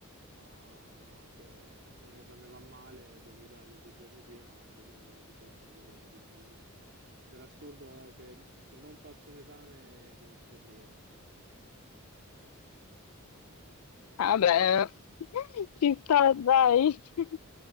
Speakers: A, on the right; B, on the left.
A: ma se, se un esame va male dovrei darlo due giorni prima, l'esame del 18 non lo do, quindi per assurdo se, se non passo un esame finisco prima.
B: Ah, Vabbè, <laughs> ci sta, dai, <laughs>